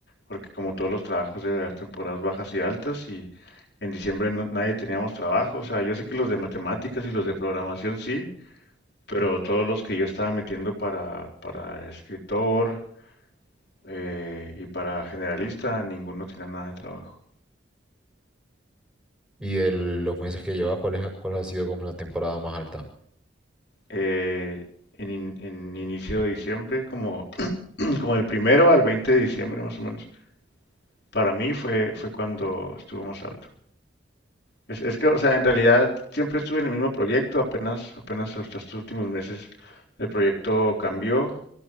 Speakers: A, on the left; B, in the centre.
A: porque como todos los trabajos debe haber temporadas bajas y altas y en diciembre no- nadie teníamos trabajo, o sea, yo sé que los de matemáticas y los de programación sí, pero todos los que yo estaba metiendo para, para escritor eh, y para generalista, ninguno tenía nada de trabajo.
B: Y de los meses que llevas, ¿cuál es- cuál ha sido como la temporada más alta?
A: eh, en, en inicio de diciembre, como, <clears throat> como del primero al 20 de diciembre más o menos. Para mí fue, fue cuando estuvo más alto. Es, es que, o sea, en realidad siempre estuve en el mismo proyecto, apenas, apenas hasta estos últimos meses el proyecto cambió.